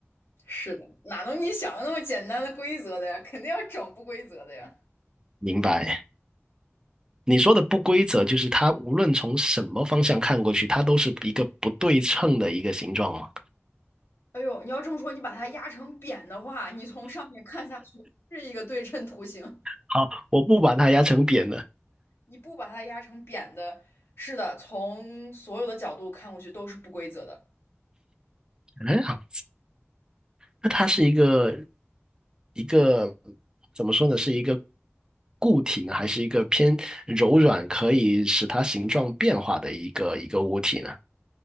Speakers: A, on the left (about 60°); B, on the right (about 15°).
A: 是的，哪能你想的那么简单的规则的呀？肯定要整不规则的呀。
B: 明白？你说的不规则就是它无论从什么方向看过去，它都是一个不对称的一个形状吗？
A: 哎呦，你要这么说，你把它压成扁的话，你从上面看下去是一个对称图形。
B: 好，我不把它压成扁的。
A: 你不把它压成扁的，是的，从所有的角度看过去都是不规则的。
B: 哎，好那它是一个一个怎么说呢？是一个固体呢，还是一个偏柔软，可以使它形状变化的一个一个物体呢？